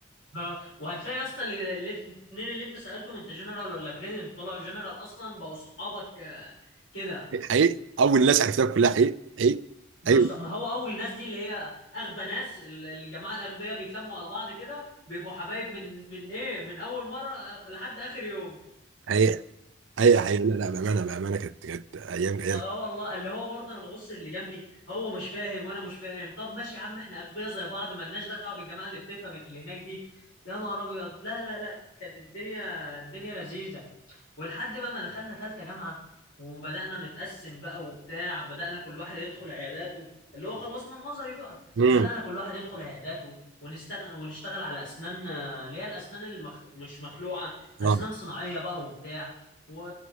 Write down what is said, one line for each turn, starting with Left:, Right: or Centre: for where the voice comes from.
Left: اه وهتلاقي يا اسطى اللي- اللي- الاثنين اللي انت سالتهم انت جنرال ولا كريدت طلعوا جنرال اصلا بقوا اصحابك آه، كده
Right: حقيقي اول ناس عرفتها كلها حقيقي حقيقي
Left: بالظبط
Right: حقيقي
Left: ما هو اول الناس دي اللي هي اغبى ناس ال- الجماعه الاغبياء بيتلموا على بعض كده بيبقوا حبايب من من ايه من اول مره آه، لحد اخر يوم
Right: حقيقي حقيقي حقيقي لا لا بامانه بامانه كانت كانت ايام ايام
Left: اه آه، والله اللي هو برضه انا ببص اللي جنبي هو مش فاهم وانا مش فاهم طب ماشي يا عم احنا اغبياء زي بعض مالناش دعوه بالجماعه اللي بتفهم اللي هناك دي يا نهار ابيض لا لا لا كانت الدنيا الدنيا لذيذه ولحد بقى ما دخلنا ثالثه جامعه وبدانا نتقسم بقى وبتاع بدانا كل واحد يدخل عياداته اللي هو خلصنا النظري بقى
Right: امم
Left: بدانا كل واحد يدخل عياداته ونشتغل ونشتغل على اسنان آه، اللي هي الاسنان المخ... مش مخلوعه اسنان
Right: اه
Left: صناعيه بقى وبتاع و...